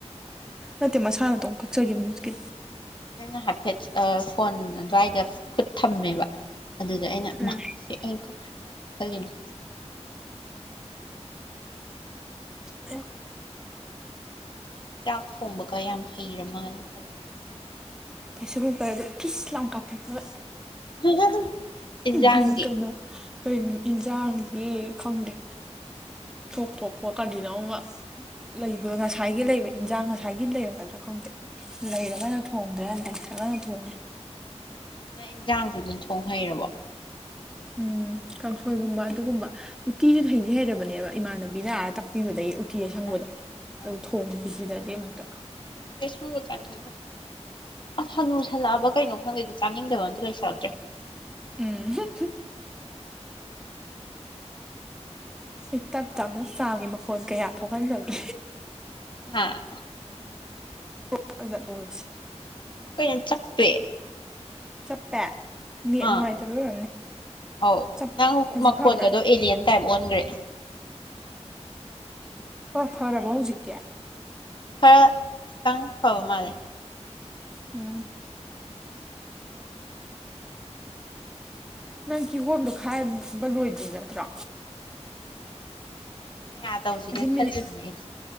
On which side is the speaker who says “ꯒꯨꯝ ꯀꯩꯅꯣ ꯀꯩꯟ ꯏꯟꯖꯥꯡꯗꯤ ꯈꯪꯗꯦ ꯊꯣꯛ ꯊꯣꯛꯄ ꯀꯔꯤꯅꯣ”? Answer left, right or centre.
Centre